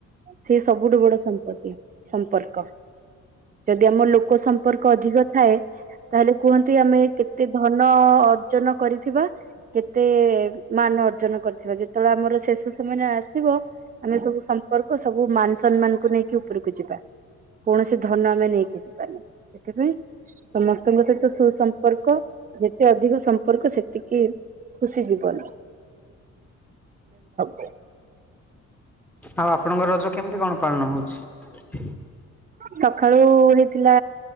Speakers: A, on the right; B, in the centre.
A: ସେ ସବୁଠୁ ବଡ ସମ୍ପତ୍ତି ସମ୍ପର୍କ ଯଦି ଆମ ଲୋ ଲୋକ ସମ୍ପର୍କ ଅଧିକ ଥାଏ ତାହେଲେ କୁହନ୍ତି ଆମେ କେତେ ଧନ ଅର୍ଜନ କରିଥିବା। କେତେ ମାନ ଅର୍ଜନ କରିଥିବା ଯେତେବେଳେ ଆମର ଶେଷ ସେମୟ ରେ ଆସିବ। ଆମେ ସବୁ ସମ୍ପର୍କ ସବୁ ମାନ ସମ୍ମାନକୁ ନେଇକି ଉପରକୁ ଯିବା। କୌଣସି ଧନ ଆମେ ନେଇକି ଜୀବାନି ସେଥିପାଇଁ। ସମସ୍ତଙ୍କ ସହିତ ସୁସମ୍ପର୍କ ଯେତେ ଅଧିକ ସମ୍ପର୍କ ସେତିକି। ଖୁସି ଯିବନି <unintelligible>
B: ଆଉ ଆପଣଙ୍କ ରଜ କେମିତି କଣ ପାଳନ ହଉଛି?
A: ସଖାଳୁ ଉଳିଥିଲା